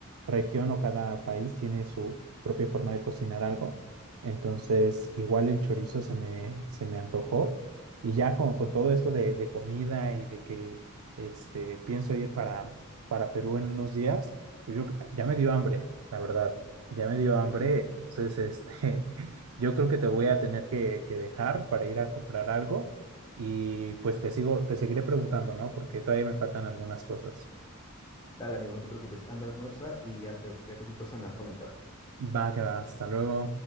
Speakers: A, on the right; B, on the left.
A: región o cada país tiene su propia forma de cocinar algo. Entonces, igual el chorizo se me, se me antojó. Y ya con, con todo esto de, de comida y de que este, pienso ir para, para Perú en unos días, pues yo ya me dio hambre, la verdad. Ya me dio hambre,
B: <laughs>
A: entonces este, <laughs> yo creo que te voy a tener que, que dejar para ir a comprar algo y pues te sigo, te seguiré preguntando, ¿no? Porque todavía me faltan algunas cosas.
B: Dale, amigo, no te preocupes, anda, almuerza y ya, te, ya cualquier cosa me vas comentando.
A: Va que va, hasta luego.